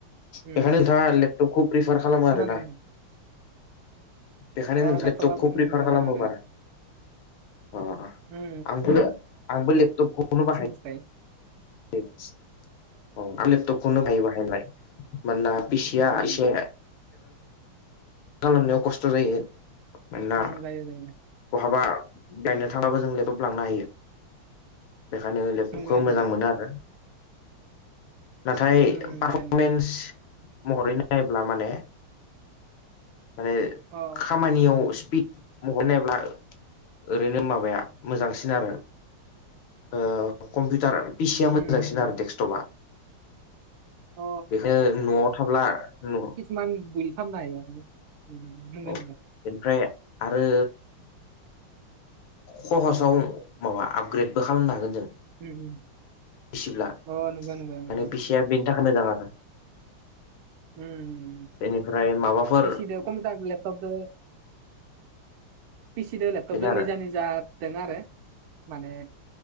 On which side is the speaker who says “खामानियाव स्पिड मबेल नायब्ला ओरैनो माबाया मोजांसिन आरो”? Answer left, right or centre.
Left